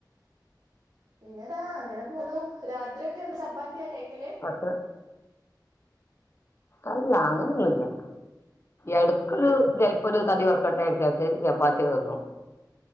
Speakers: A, on the right; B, on the left.
A: പിന്നെന്താ അങ്ങനെ പോണു രാത്രിയൊക്കെ എന്ത് ചപ്പാത്തിയാ കയിക്കല്.
B: അത് അല്ല അങ്ങനെയൊന്നുല്ല. എടക്കൊരു ചെലപ്പൊ ഒരു തടി കൊറക്കട്ടെ വെച്ചാണ്ട് ചപ്പാത്തിക്കെ തിന്നും.